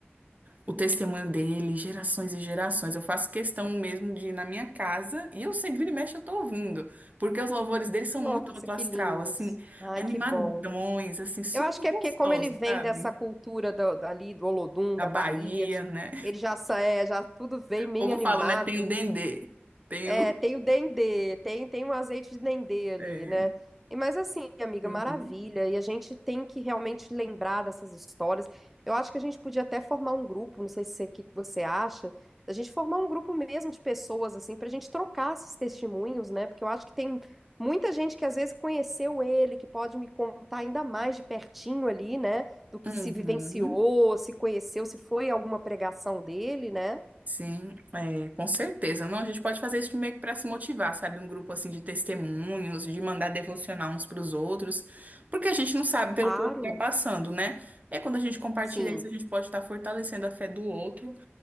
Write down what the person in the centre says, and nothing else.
Nossa,
que
lindos.
Ai,
que bom.
Eu acho que é
porque, como ele vem
dessa cultura do, ali do Olodum,
da
Bahia,
ele já, sa- é, já tudo veio meio
animado.
É,
tem o dendê, tem, tem um azeite de dendê ali,
né? E, mas assim, amiga,
maravilha. E a gente tem que realmente lembrar dessas histórias. Eu acho que a gente podia até formar um grupo, não sei se o que que você acha, a gente formar um grupo mesmo de pessoas, assim, pra gente trocar esses testemunhos, né? Porque eu acho que tem muita gente que às vezes conheceu ele, que pode me contar ainda mais de pertinho ali, né? Do que
se vivenciou, se conheceu, se foi alguma pregação dele, né?
Claro.
Sim.